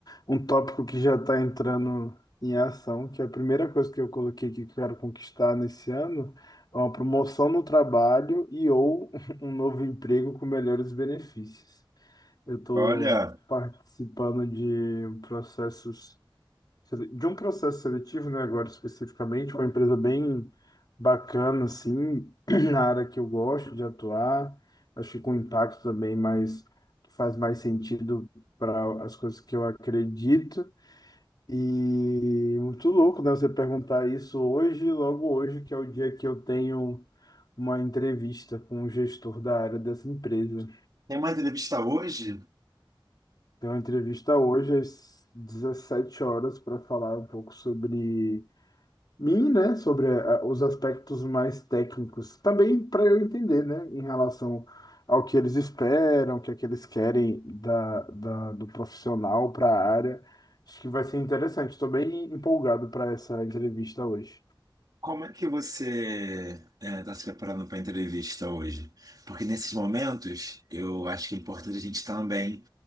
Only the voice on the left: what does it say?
um tópico que já está entrando em ação, que é a primeira coisa que eu coloquei que quero conquistar nesse ano é uma promoção no trabalho e ou <laughs> um novo emprego com melhores benefícios. Eu estou
participando de processos sele- de um processo seletivo, né, agora especificamente, uma empresa bem bacana, assim, <clears throat> na área que eu gosto de atuar, acho que com impacto também, mas que faz mais sentido para as coisas que eu acredito. E muito louco, né, você perguntar isso hoje, logo hoje, que é o dia que eu tenho uma entrevista com o gestor da área dessa empresa.
Tenho uma entrevista hoje às 17 horas para falar um pouco sobre mim, né, sobre eh, eh, os aspectos mais técnicos, também para eu entender, né, em relação ao que eles esperam, o que é que eles querem da, da- do profissional para a área. Acho que vai ser interessante. Estou bem empolgado para essa entrevista hoje.